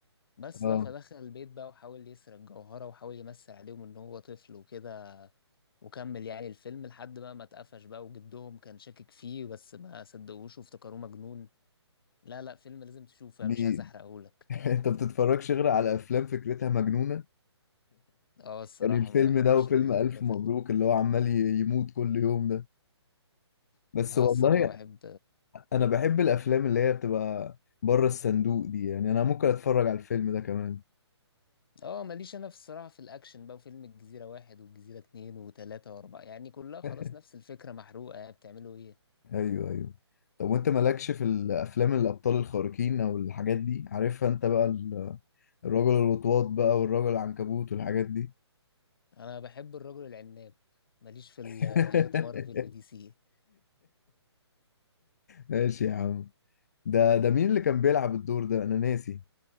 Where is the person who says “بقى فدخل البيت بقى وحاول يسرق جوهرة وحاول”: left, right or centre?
Left